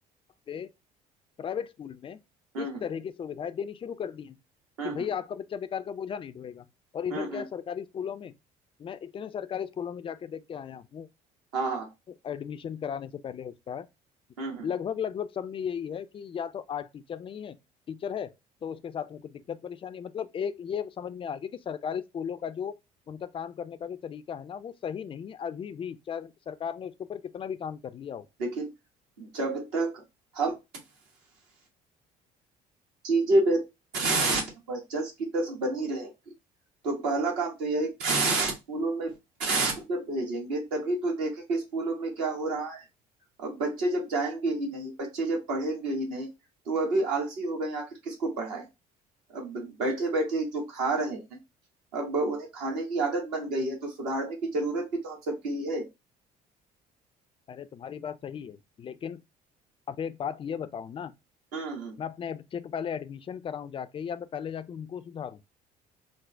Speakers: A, on the left; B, on the right.
A: पे प्राइवेट स्कूल में
B: हम्म
A: इस
B: हम्म
A: तरह की सुविधाएं देनी शुरू कर दी हैं
B: हम्म
A: कि भाई
B: हम्म
A: आपका बच्चा बेकार का बोझा नहीं ढोएगा और इधर
B: हम्म, हम्म, हम्म।
A: क्या है सरकारी स्कूलों में मैं इतने सरकारी स्कूलों में जाके देख के आया हूँ
B: हाँ हाँ
A: एडमिशन कराने से पहले उसका
B: हम्म हम्म
A: लगभग लगभग सब में यही है कि या तो आर्ट टीचर नहीं है टीचर है तो उसके साथ में कुछ दिक्कत परेशानी है मतलब एक ये समझ में आ गया कि सरकारी स्कूलों का जो उनका काम करने का जो तरीका है ना वो सही नहीं है अभी भी चाहे सरकार ने उसके ऊपर कितना भी काम कर लिया हो
B: देखिए जब तक हम चीजें बेहतर वह जस की तस बनी रहेंगी तो पहला काम तो यह है कि स्कूलों में जब भेजेंगे तभी तो देखेंगे स्कूलों में क्या हो रहा है अब बच्चे जब जाएंगे ही नहीं बच्चे जब पढ़ेंगे ही नहीं तो अभी आलसी हो गए हैं, आखिर किसको पढ़ाएं अब बैठे बैठे जो खा रहे हैं अब उन्हें खाने की आदत बन गई है तो सुधारने की जरूरत भी तो हम सबकी ही है
A: अरे तुम्हारी बात सही है लेकिन अब एक बात ये बताओ ना
B: हम्म
A: मैं अपने बच्चे को पहले एडमिशन कराऊं जाके या मैं पहले जाके उनको सुधारूं